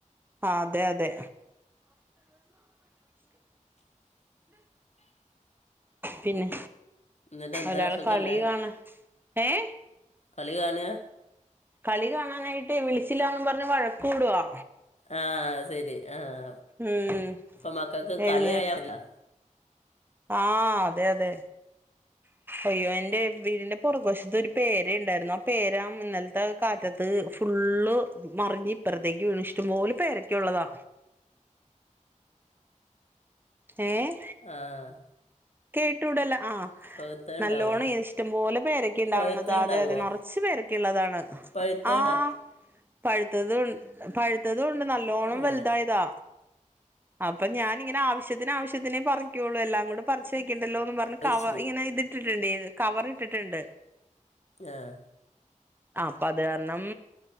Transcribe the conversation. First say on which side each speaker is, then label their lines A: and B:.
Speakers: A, on the right; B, on the left.
A: അതെ അതെ
B: <unintelligible>
A: പിന്നെ
B: എന്നിട്ട് എന്താ
A: ഒരാള്
B: സുഖമല്ലേ
A: കളിയാണ് ഏഹ്
B: കളി കാണുവാ
A: കളി കാണാനായിട്ട് വിളിച്ചില്ലാന്നും പറഞ്ഞ് വഴക്കൂടുവാ
B: ആഹ് സെരി ആഹ്
A: ഉം
B: പ്പൊമക്കക്ക്
A: എഴുന്നേറ്റ്
B: കള്യായാ മതിയല്ലൊ
A: ആഹ് അതെ അതെ അയ്യോ എന്റെ വീടിന്റെ പൊറക് വശത്ത് ഒരു പേരെണ്ടായ്രുന്നു ആ പേരാ ഇന്നല്ത്ത കാറ്റത്ത് അത് ഫുള്ള് മറിഞ്ഞ് ഇപ്പറത്തേക്ക് വീണ് ഇഷ്ടം പോലെ പേരൊക്കെള്ളതാ ഏഹ്
B: ആഹ്
A: കേട്ടൂടല്ല ആഹ്
B: പഴുത്ത ഉണ്ടാവോ
A: നല്ലോണം ഇഷ്ടം പോലെ പേരൊക്കെണ്ടാവ്ണത
B: പഴുത്ത ഉണ്ടാവോ
A: അതെതെ നറ ച്ച്‌ പേരെക്കുള്ളതാണ്
B: പഴുത്ത
A: ആഹ്
B: ഉണ്ടാ
A: പഴുത്തതും പഴു ത്തതൂണ്ട് നല്ലോണം
B: ഏ
A: വല്തായതാ അപ്പൊ ഞാനിങ്ങന ആവശ്യത്തിന് ആവശ്യത്തിനേ പറിക്കുള്ളൂ എല്ലാം കൂടെ പറിച്ച് വെക്കണ്ടല്ലോന്ന് പറഞ്ഞ്
B: അത്
A: കവർ
B: ശരി
A: ഇങ്ങനെ ഇത് ഇട്ടിട്ട്ണ്ട് കവറ്ഇട്ടിട്ട്ണ്ട്
B: ആഹ്
A: അപ്പോത് കാരണം